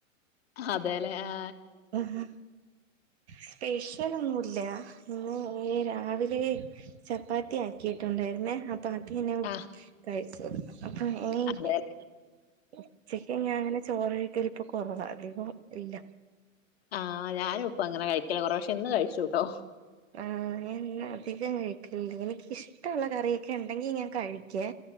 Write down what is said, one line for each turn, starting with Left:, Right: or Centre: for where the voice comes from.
Left: അതെല്ലേ ആ
Right: ആഹാ സ്പെഷ്യലൊന്നുമില്ല ഇന്ന് രാവിലെ ചപ്പാത്തി ആക്കിയിട്ടുണ്ടായിരുന്നെ അ പ്പാത്തിതന്നെ
Left: ആഹ്
Right: കഴിച്ചു. <unintelligible>
Left: അതെല്ലെ
Right: ഉച്ചക്ക് ഞാൻ അങ്ങനെ ചോറ് കഴിക്കലിപ്പ കുറവാ അധികം ഇല്ല.
Left: ആഹ് ഞാനും ഇപ്പൊ അങ്ങനെ കഴിക്കല് കൊറവ പക്ഷെ ഇന്ന് കഴിച്ചൂട്ടോ
Right: ആഹ് ഞാൻ അധികം കഴിക്കൂലേ എനിക്കിഷ്ട്ടോള്ള കറിയൊക്കെ എണ്ടെങ്കി ഞാൻ കഴിക്കുവേ.